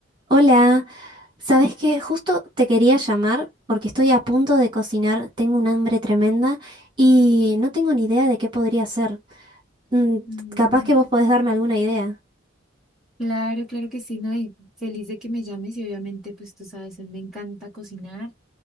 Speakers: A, on the right (about 25°); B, in the centre.
A: Hola, sabes qué? Justo te quería llamar porque estoy a punto de cocinar, tengo un hambre tremenda y no tengo ni idea de qué podría hacer. Mm,
B: Mm,
A: capaz que vos podés darme alguna idea.
B: Claro, claro que sí, ¿no? Y feliz de que me llames y obviamente, pues tú sabes, a mí me encanta cocinar